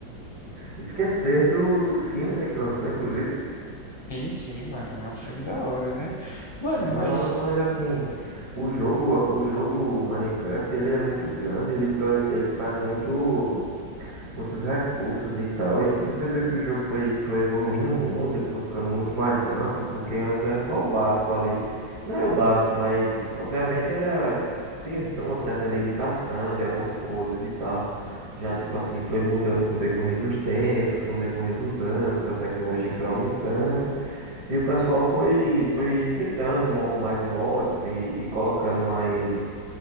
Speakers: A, on the right (about 65°); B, on the left (about 45°).
A: esquecer do, do filme, né, que lançou, inclusive.
B: Sim, sim, mano, é um filme da hora, né? Mano,
A: É filme
B: mas
A: da hora, mas assim, o jogo, o jogo Minecraft, ele é muito grande, ele, tra ele traz muito. muitos recursos e tal. E tu percebeu que o jogo foi, foi evoluindo muito, ele foi ficando muito mais amplo, porque antes era só o básico ali. Não era o básico, mas obviamente era tinha assim, uma certa limitação de algumas coisas e tal. Já, tipo assim, foi mudando com o decorrer dos tempos, com o decorrer dos anos, a tecnologia foi aumentando e o pessoal foi, foi inventando mo- mais mods e, e colocando mais